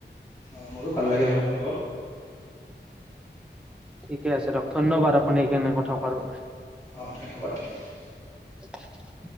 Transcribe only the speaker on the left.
অ' মোৰো ভাল লাগিল আপোনাৰ লগত।
অহ', ধন্যবাদ-ধন্যবাদ।